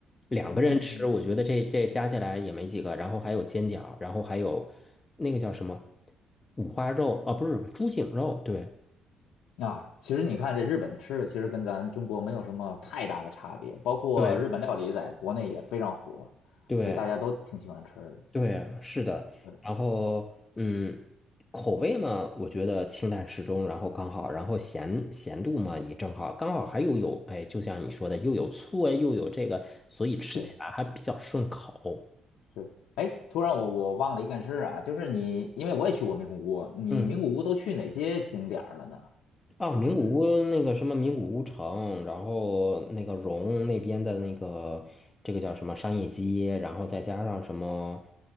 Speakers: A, on the left; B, on the left.
A: 两个人吃，
B: 嗯。
A: 我觉得这这加起来也没几个。然后还有煎饺，然后还有那个叫什么五花肉啊，不是猪颈肉，对
B: 啊，其实你看这日本的吃的，其实跟咱中国没有什么太大的差别，包括日本料理在国内也非常火，
A: 对，对。
B: 所以大家都挺喜欢吃的。
A: 对啊，是的，
B: 嗯，
A: 然后嗯，口味嘛，我觉得清淡适中，然后刚好，然后咸咸度嘛也正好，刚好还又有，哎，就像你说的，又有醋啊，又有这个，所以吃起来还比较顺口。
B: 对，是。哎，突然我我忘了一件事啊，就是你，因为我也去过名古屋，你名古屋都去哪些景点儿了呢？
A: 嗯。啊，名古屋那个什么名古屋城，
B: 就是。
A: 然后那个荣那边的那个这个叫什么商业街，然后再加上什么，